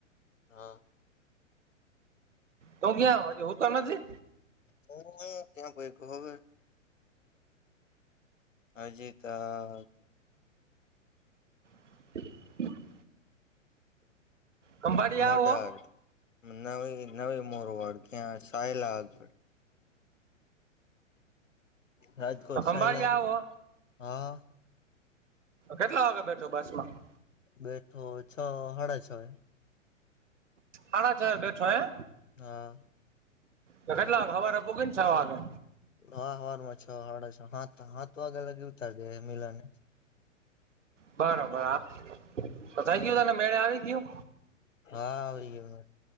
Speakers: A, on the left; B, on the right.
A: હા.
B: તું ક્યાં હો હજી હુતો નથી.
A: હ ક્યાં ભય કવે હજી તા.
B: <unintelligible> ખંભાળી
A: મોઢાડ
B: આવો
A: નવી નવી મોરવાડ ત્યાં સાયલાગ. રાજકોટ
B: તો ખંભાળી
A: સાહેલરી
B: આવો
A: હા.
B: કેટલા વાગે બેઠો બસ માં.
A: બેઠો છ હાડા છ એ.
B: હણા છ બેઠો એમ.
A: હા.
B: તો કેટલા હવારે પોઘે ને છ વાગે.
A: હા હરમાં છ હાડા છ હા હાથ વાગે લગ ઉતાર દે મિલા ને.
B: બરોબર હા થઈ
A: હા
B: ગયું તને મેળ આવી ગયું.
A: હા આવરી ગ